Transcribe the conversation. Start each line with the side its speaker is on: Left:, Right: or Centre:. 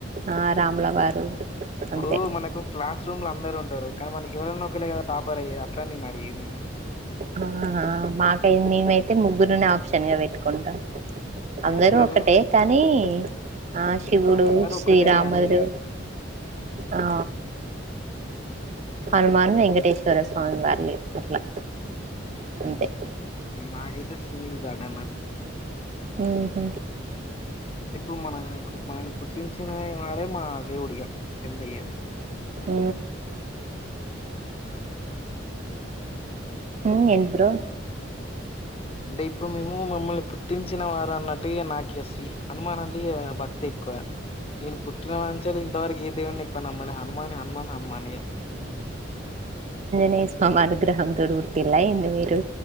Right: ఆ రాముల వారు
Left: ఇప్పుడు
Right: అంతే
Left: మనకు క్లాస్ రూమ్లు అందరు ఉంటారు కానీ మనకి ఎవరన్నా ఒకేలే కదా టాపర్ అయ్యది అట్ల నేను అడిగేదిని
Right: ఆ మాకై మేమైతే ముగ్గురునే ఆప్షన్ గా పెట్టుకుంటా అందరూ
Left: ముగ్గురు
Right: ఒకటే
Left: ఎవరు
Right: కానీ ఆ శివుడు
Left: అందరు
Right: శ్రీరాముడు
Left: ఒక్కటే నే అనేది
Right: ఆ హనుమన్ వెంకటేశ్వర స్వామి వర్లేలా అంతే
Left: మకి ఇతే సింగల్ గార్డన్
Right: హమ్
Left: దిప్పుడు మ నా మ పుట్టినంచినవి వాడే మా దేవుడిక ఒడి ఎంతయది
Right: హ హమ్ ఏం బ్రో
Left: అంటే ఇప్పుడు మేము మమ్మల్ని పుట్టించిన వారు అన్నట్టు నాక శ్రీ హనుమాన్ అంటే భక్తి ఎక్కువ నేను పుట్టిన అంచిలో ఇంతవరకు ఏ దేవుని ఎక్కువ నమ్మాల హనుమాన్ హనుమాన్ హనుమాన్
Right: నేయ స్వామి అనుగ్రహం తో పుట్టిల్లా ఏంది మీరు